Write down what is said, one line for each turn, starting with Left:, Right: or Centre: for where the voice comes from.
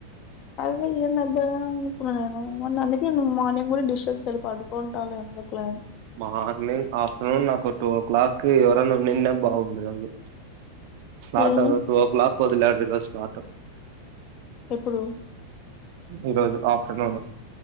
Left: అదే ఏందబ్బా అనుకున్నా నేను మొన్న అందుకే మార్నింగ్ కూడా డిస్టర్బ్ చేయలే పడుకుంటావులే అని ఎందుకులే
Right: మార్నింగ్ ఆఫ్టర్నూన్ నాకు టూ ఓ క్లాక్కి ఎవరనున్న బాగుండు స్లాట్
Left: ఏమి
Right: టూ ఓ క్లిక్ వదిలా రిజల్ట్స్ నాట్
Left: ఎప్పుడు
Right: ఈరోజు ఆఫ్టర్నూన్